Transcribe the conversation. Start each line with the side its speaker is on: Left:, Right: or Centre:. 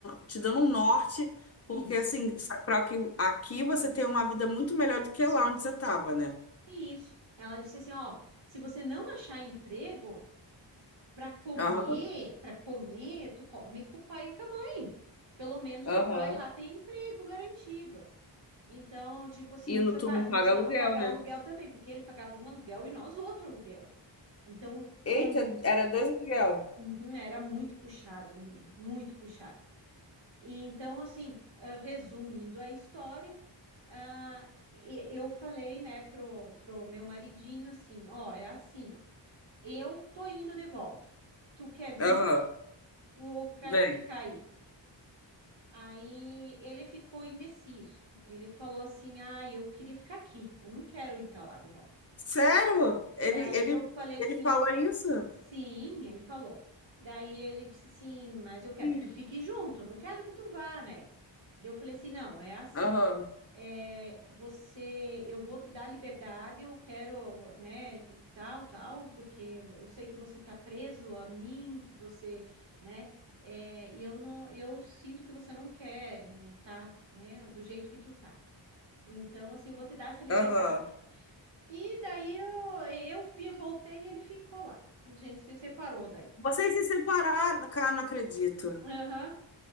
Left: te dando um norte, porque
Right: Isso.
Left: assim, para que aqui você tem uma vida muito melhor do que lá onde você estava, né?
Right: Isso. Ela disse assim, ó, se você não achar emprego para comer,
Left: Aham,
Right: para comer, tu come com o pai e com a mãe. Pelo menos
Left: aham.
Right: o pai lá tem emprego garantido. Então, tipo assim,
Left: E
Right: não
Left: no,
Right: precisa
Left: tu
Right: pa-
Left: não paga
Right: não precisava
Left: aluguel,
Right: pagar
Left: né?
Right: aluguel também, porque ele pagava um aluguel e nós outro aluguel. Então,
Left: Eita,
Right: é,
Left: era dois aluguel.
Right: uhum, era muito puxado, menina, muito puxado. E então, assim, ah, resumindo a história, ah, e- eu falei, né, pro, pro meu maridinho assim, ó, é assim, ó, eu tô indo de volta. Tu quer vir
Left: Aham,
Right: Tu- ou quer
Left: vem.
Right: ficar aí? Aí ele ficou indeciso. Ele falou assim: "Ah, eu queria ficar aqui. Eu não quero ir para lá de volta".
Left: Sério? Ele,
Right: Daí
Left: ele,
Right: eu falei assim:
Left: ele fala isso?
Right: Sim, ele falou. Daí ele disse assim, mas eu quero
Left: Sim.
Right: que tu fique junto, eu não quero que tu vá, né? Daí eu falei assim, não, é assim,
Left: Aham,
Right: ó. É, você, eu vou te dar liberdade, eu quero, né, tal, tal, porque eu sei que você tá preso a mim, que você, né, é, e eu não, eu sinto que você não quer, é, tá, né, do jeito que tu tá. Então, assim, eu vou te dar essa liberdade.
Left: aham.
Right: E daí eu, eu vi, voltei e ele ficou lá. A gente se separou daí.
Left: Vocês se separaram, cara, não acredito.
Right: Aham.